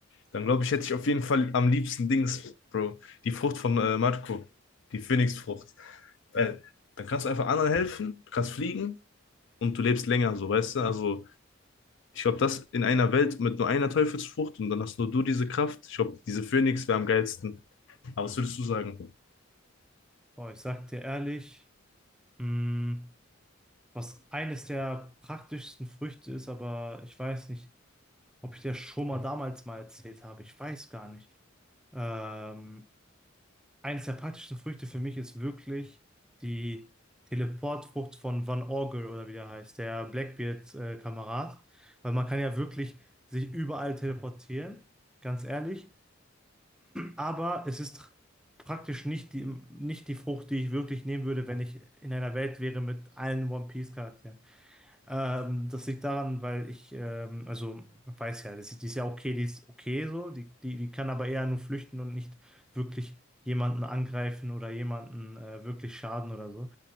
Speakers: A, on the left; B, in the centre.
A: dann glaube ich, hätte ich auf jeden Fall am liebsten Dings, Bro, die Frucht von äh, Marco, die Phönixfrucht. Weil dann kannst du einfach anderen helfen, du kannst fliegen und du lebst länger, so, weißt du? Also, ich glaube, das in einer Welt mit nur einer Teufelsfrucht und dann hast nur du diese Kraft. Ich glaube, diese Phönix wäre am geilsten. Aber was würdest du sagen?
B: Boah, ich sag dir ehrlich, mh, was eines der praktischsten Früchte ist, aber ich weiß nicht, ob ich dir schon mal damals mal erzählt habe. Ich weiß gar nicht. Ähm, eines der praktischsten Früchte für mich ist wirklich die Teleportfrucht von Van Orgel oder wie der heißt, der Blackbeard-Kamerad, weil man kann ja wirklich sich überall teleportieren, ganz ehrlich. Aber es ist praktisch nicht die, nicht die Frucht, die ich wirklich nehmen würde, wenn ich in einer Welt wäre mit allen One Piece-Charakteren. Ähm, das liegt daran, weil ich, ähm, also weiß ja, das ist, die ist ja okay, die ist okay so, die, die, die kann aber eher nur flüchten und nicht wirklich jemanden angreifen oder jemanden äh, wirklich schaden oder so.